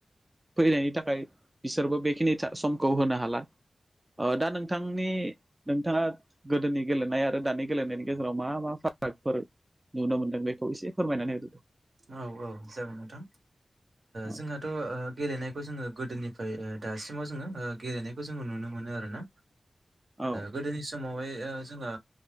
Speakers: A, on the right; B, on the right.
A: फैनायनि थाखाय बिसोरबो बेखिनि समखौ होनो हाला दा नोंथांनि नोंथाङा गोदोनि गेलेनाय आरो दानि गेलेनायनि गेजेराव मा मा फारागफोर नुनो मोनदों बेखौ एसे फोरमायनानै होदो दे।
B: औ औ जागोन नोंथां
A: औ
B: जोंहाथ' गेलेनायखौ जोङो गोदोनि दासिमाव जोङो गेलेनायखौ जोंङो नुनो मोनो आरो ना
A: औ
B: गोदोनि समावहाय जोंहा